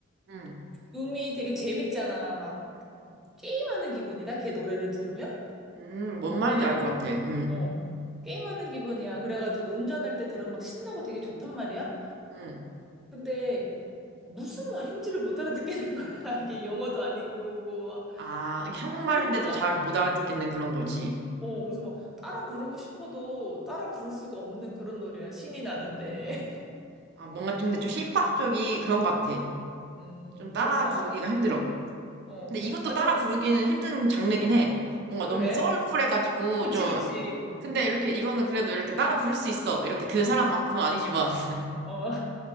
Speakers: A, on the right; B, in the centre.
A: 음,
B: 음이 되게 재밌잖아. 막 게임하는 기분이다. 걔 노래를 들으면.
A: 음, 뭔
B: 근데
A: 말인지 알 것 같아. 음,
B: 어 게임하는 기분이야. 그래가지고 운전할 때 들으면 막 신나고 되게 좋단 말이야.
A: 음.
B: 근데 무슨 말인지를 못 알아듣겠는 거야. <laughs> 이게 영어도 아니고 뭐
A: 아, 이게 한국말인데도
B: 한글도 아니고.
A: 잘 못 알아듣겠는 그런 거지.
B: 어 그래서 막 따라 부르고 싶어도 따라 부를 수가 없는 그런 노래야. 신이 나는데. <laughs>
A: 아, 뭔가 좀, 근데 좀 힙합 쪽이 그런 것 같아.
B: 음
A: 좀 따라
B: 그런가?
A: 부르기가 힘들어.
B: 어
A: 근데 이것도
B: 아니
A: 따라
B: 막
A: 부르기는 힘든 장르긴 해. 뭔가 너무
B: 그래?
A: 소울풀해가지고
B: 그치
A: 좀,
B: 그치.
A: 근데 이렇게, 이거는 그래도 이렇게 따라 부를 수 있어. 이렇게 그 사람만큼은 아니지만, <laughs>
B: 어